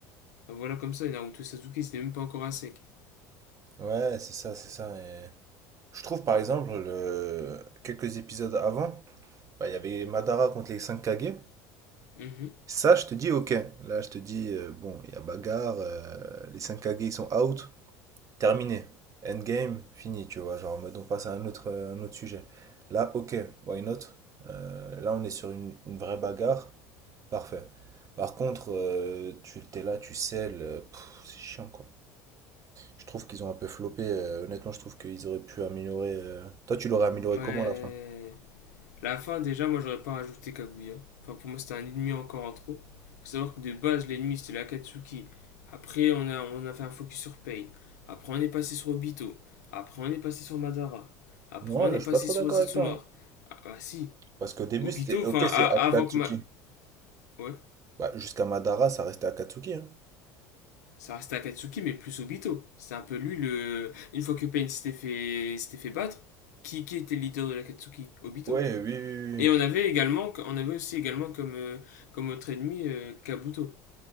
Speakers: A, on the left (about 85°); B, on the right (about 40°).
A: ah, Voilà, comme ça, Naruto Sasuke, c'était même pas encore à sec.
B: Ouais, c'est ça, c'est ça. et Je trouve par exemple, le... quelques épisodes avant, bah, il y avait Madara contre les 5 Kage.
A: Mhm.
B: Ça, je te dis ok. Là, je te dis, euh, bon, il y a bagarre, euh, les 5 Kage ils sont out, terminé. Endgame, fini, tu vois. Genre, en mode, on passe à un autre, euh, un autre sujet. Là, ok, why not? Euh, là, on est sur une, une vraie bagarre, parfait. Par contre, euh, tu t'es là, tu selles, euh, pff, c'est chiant quoi. Je trouve qu'ils ont un peu floppé. euh, honnêtement, je trouve qu'ils auraient pu améliorer. euh, Toi, tu l'aurais amélioré
A: Ouais.
B: comment à la fin?
A: La fin, déjà, moi, j'aurais pas rajouté Kaguya. Enfin, pour moi, c'était un ennemi encore en trop. Faut savoir que de base, l'ennemi, c'était l'Akatsuki. Après, on a, on a fait un focus sur Pain. Après, on est passé sur Obito. Après, on est passé sur Madara. Après,
B: Moi,
A: on
B: là,
A: est
B: je
A: passé
B: suis pas trop
A: sur
B: d'accord
A: Zetsu
B: avec toi.
A: Noir.
B: hein.
A: Ah, bah si.
B: Parce qu'au début,
A: Obito,
B: c'était OK,
A: enfin, a-
B: c'est
A: avant
B: Akatsuki.
A: que ma... Ouais.
B: Bah, jusqu'à Madara, ça restait Akatsuki. Hein.
A: Ça restait Akatsuki, mais plus Obito. C'était un peu lui, le... Une fois que Pain s'était fait... s'était fait battre, qui, qui était le leader de l'Akatsuki Obito.
B: Oui, oui, oui, oui.
A: Et on avait également, on avait aussi également comme, euh, comme autre ennemi euh, Kabuto.